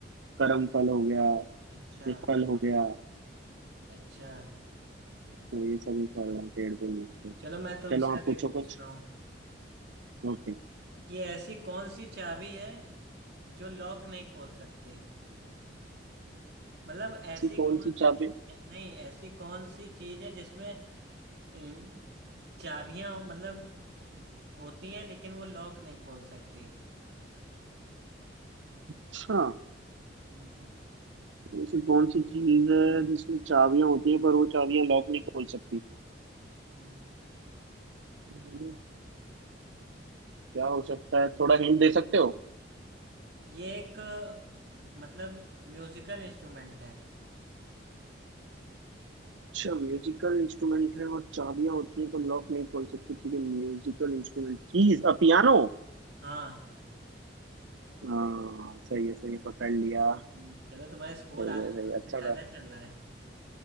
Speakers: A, on the right; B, on the right.
A: करम फल हो गया
B: अच्छा
A: ये फल हो गया
B: अच्छा
A: तो ये सभी फल हैं पेड़ पे नहीं होते
B: चलो मैं तुमसे
A: चलो आप
B: अब
A: पूछो
B: एक पूछता
A: कुछ
B: हूँ
A: ओके
B: कि ऐसी कौन सी चाबी है जो लॉक नहीं खोल सकती मतलब ऐसी
A: ऐसी कौन
B: कौन
A: सी
B: सी
A: चाबी
B: चीज है नहीं ऐसी कौन सी चीज है जिसमें इन चाबियां मतलब होती हैं लेकिन वो लॉक नहीं खोल सकती
A: अच्छा
B: हम्म
A: ऐसी कौन सी चीज है जिसमें चाबियां होती हैं पर वो चाबियां लॉक नहीं खोल सकती
B: हम्म
A: हम्म, क्या हो सकता है थोड़ा हिंट दे सकते हो
B: ये एक मतलब म्यूजिकल इंस्ट्रूमेंट है
A: अच्छा म्यूजिकल इंस्ट्रूमेंट है और चाबियां होती हैं पर लॉक नहीं खोल सकती ठीक है musical instrument keys uh piano
B: हाँ
A: हाँ सही है सही है पकड़ लिया
B: हम्म, चलो तुम्हारा स्कोर
A: सही
B: आ-
A: है सही
B: हमसे
A: है अच्छा
B: ज्यादा
A: था
B: चल रहा है